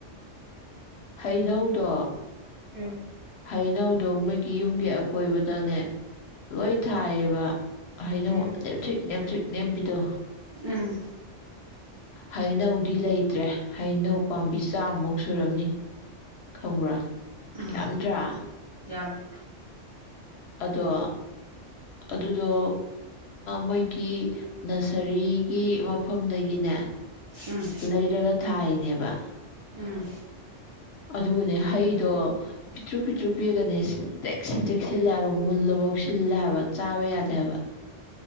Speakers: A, on the left (about 65°); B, on the right (about 40°).
A: ꯍꯩꯅꯧꯗꯣ
B: ꯎꯝ
A: ꯍꯩꯅꯧꯗꯣ ꯃꯣꯏꯒꯤ ꯌꯨꯝꯒꯤ ꯑꯀꯣꯏꯕꯗꯅꯦ ꯂꯣꯏ ꯊꯥꯏꯌꯦꯕ ꯍꯥꯏꯅ
B: ꯎꯝ
A: ꯅꯦꯝ ꯅꯦꯝ ꯅꯦꯝꯦꯝꯕꯤꯗꯣ
B: ꯎꯝ
A: ꯍꯩꯅꯧꯗꯤ ꯂꯩꯇ꯭ꯔꯦ ꯍꯩꯅꯧ ꯄꯥꯝꯕꯤ ꯆꯥꯝꯃꯨꯛ ꯁꯨꯔꯝꯅꯤ ꯈꯪꯕ꯭ꯔꯥ
B: ꯎꯝ
A: ꯌꯥꯝꯗ꯭ꯔꯥ
B: ꯌꯥꯝꯃꯦ
A: ꯑꯗꯣ ꯑꯗꯨꯗꯣ ꯃꯣꯏꯒꯤ ꯅꯁꯔꯤꯒꯤ ꯃꯐꯝꯗꯒꯤꯅꯦ
B: ꯎꯝ
A: ꯂꯩꯔꯒ ꯊꯥꯏꯅꯦꯕ
B: ꯎꯝ
A: ꯑꯗꯨꯒꯅꯦ ꯍꯩꯗꯣ ꯄꯤꯠꯇ꯭ꯔꯨ ꯄꯤꯠꯇ꯭ꯔꯨ ꯄꯤꯒꯅꯦ ꯁꯤꯟꯇꯦꯛ ꯁꯤꯟꯇ꯭ꯔꯦꯛ ꯁꯤꯜꯂꯦ ꯍꯥꯏꯕ ꯃꯨꯜꯂꯐꯧ ꯁꯤꯜꯂꯦ ꯍꯥꯏꯕ ꯆꯥꯕ ꯌꯥꯗꯦ ꯍꯥꯏꯕ